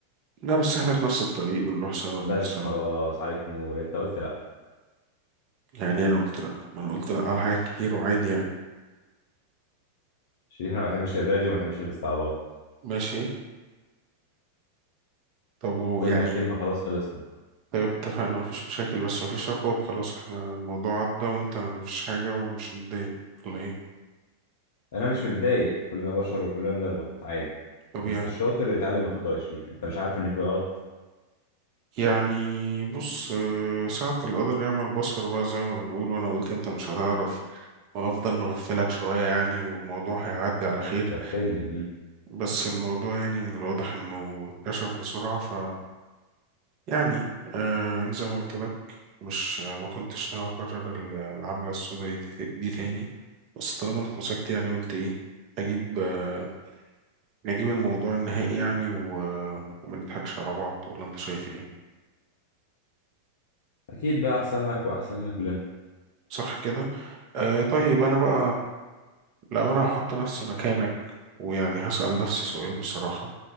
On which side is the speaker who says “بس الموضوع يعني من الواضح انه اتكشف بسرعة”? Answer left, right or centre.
Right